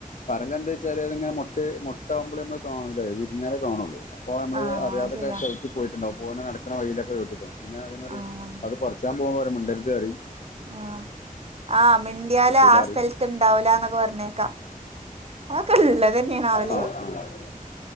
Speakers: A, on the left; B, on the right.
A: പറയണന്താച്ചാല് അതിങ്ങനെ മൊട്ടെ മൊട്ടാകുമ്പോള് ഞമ്മള് കാണുലെ വിരിഞ്ഞാലേ കാണുള്ളൂ. അപ്പോ ഞമ്മളിനി
B: ആഹ്
A: അറിയാതൊക്കെ
B: ശരിയാ
A: ചവിട്ടി പോയിട്ടുണ്ടാവും പോണ നടക്കണ വയിലൊക്കെ വട്ടി പോ പിന്നെ അതേമായിരി
B: ആഹ്
A: അത് കൊറച്ചാൻപോവുമ്പരെ മുണ്ടരുത്റയും.
B: ആഹ്, ആഹ് മിണ്ടിയാല്
A: കിട്ടൂല
B: ആ
A: പറയും
B: സ്ഥൽ ത്ത്ണ്ടാവൂലന്നൊക്കെ പർണെക്കാ ആക്കെള്ളത് തന്നെണാവലെ.
A: ആഹ് ആഹ്